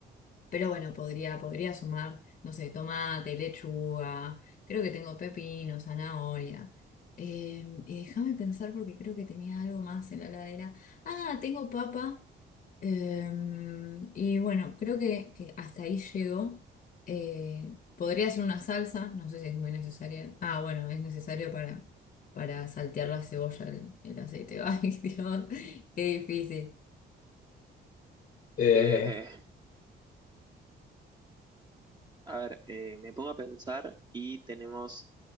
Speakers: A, on the left (about 45°); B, on the right (about 20°).
A: pero bueno, podría, podría sumar, no sé, tomate, lechuga, creo que tengo pepino, zanahoria. Eh, y déjame pensar porque creo que tenía algo más en la heladera. Ah, tengo papa. Em, y bueno, creo que, que hasta ahí llegó. Eh, podría ser una salsa, no sé si es muy necesaria. Ah, bueno, es necesario para, para saltear la cebolla, el, el aceite. <laughs> Ay, Dios, qué difícil. Eh,
B: Eh, a ver, eh, me pongo a pensar y tenemos